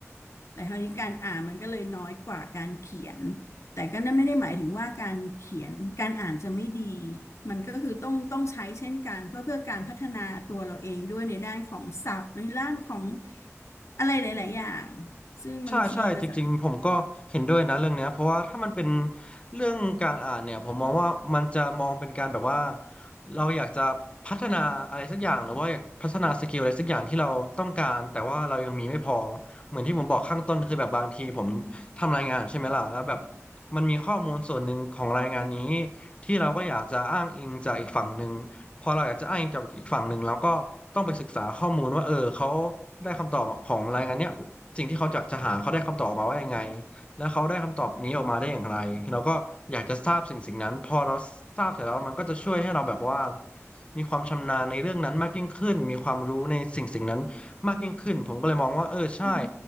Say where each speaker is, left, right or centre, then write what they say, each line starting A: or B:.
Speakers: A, on the left (about 70°); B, on the left (about 25°).
A: แต่คราวนี้การอ่านมันก็เลยน้อยกว่าการเขียน แต่ก็นั่นไม่ได้หมายถึงว่าการเขียนการอ่านจะไม่ดี มันก็คือต้องต้องใช้เช่นกันเพื่อเพื่อการพัฒนาตัวเราเองด้วยในด้านของศัพท์ในด้านของอะไรหลายๆ อย่างซึ่งบางทีภาษา
B: ใช่ใช่จริงๆผมก็เห็นด้วยนะเรื่องเนี้ยเพราะว่าถ้ามันเป็นเรื่องการอ่านเนี่ยผมมองว่ามันจะมองเป็นการแบบว่าเราอยากจะพัฒนาอะไรสักอย่างหรือว่าอยากพัฒนาสกิลอะไรสักอย่างที่เราต้องการแต่ว่าเรายังมีไม่พอเหมือนที่ผมบอกข้างต้นคือแบบบางทีผมทำรายงานใช่ไหมล่ะแล้วแบบมันมีข้อมูลส่วนหนึ่งของรายงานนี้ ที่เราก็อยากจะอ้างอิงจากอีกฝั่งหนึ่งพอเราอยากจะอ้างอิงจากอีกฝั่งหนึ่งเราก็ต้องไปศึกษาข้อมูลว่าเออเขาได้คำตอบของรายงานเนี้ยสิ่งที่เขาอยากจะหาเขาได้คำตอบออกมาว่ายังไงแล้วเขาได้คำตอบนี้ออกมาได้อย่างไรเราก็อยากจะทราบสิ่งสิ่งนั้นพอเราทราบเสร็จแล้วมันก็จะช่วยให้เราแบบว่ามีความชำนาญในเรื่องนั้นมากยิ่งขึ้นมีความรู้ในสิ่งสิ่งนั้นมากยิ่งขึ้นผมก็เลยมองว่าเออใช่
A: อืม